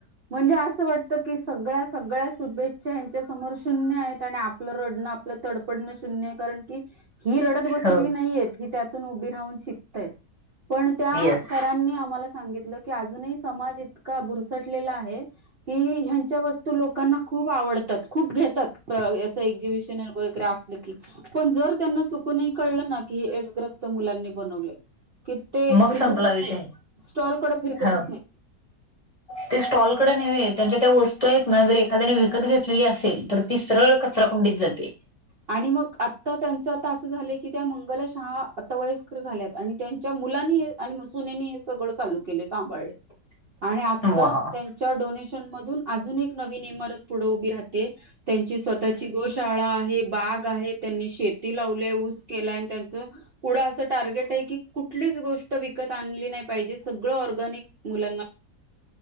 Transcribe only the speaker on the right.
म्हणजे असं वाटत की सगळ्या सगळ्या शुभेच्छा च्या समोर शून्य आहेत आणि आपलं रडणं आपलं तडपडणं शून्य आहे कारण की ही रडत
नाही त्या उ रा श पण त्या
सनी आ सांगितलं की अजूनही समाज इतका बुरसटलेला आहे की ह्यांच्या वस्तू लोकांना खूप आवडतात खूप घेतात अस एक्झिबिशन वगैरे अस पण जर त्यांना चुकूनही कळलं ना की हे एडसग्रस्त मुलांनी बनवले कि ते
फिरकतच
नाही स्टॉलकडे फिरकतच
नाही
आणि मग आत्ता त्यांचं आता असं झालंय की त्या मंगलशाहा अतवयस्कर झाल्यात आणि त्यांच्या मुलांनी आणि सुननी हे सगळं चालू केले सांभाळले
आणि आता
त्यांच्या डोनेशन मधून अजून एक नवीन इमारत पुढे उभी राहते त्यांची स्वतःची गोशाळा आहे. बाग आहे त्यांनी शेती लावलय ऊस केला आणि त्यांचं पुढं असं टार्गेट आहे की कुठलीच गोष्ट विकत आणली नाही पाहिजे सगळं ऑर्गॅनिक मुलांना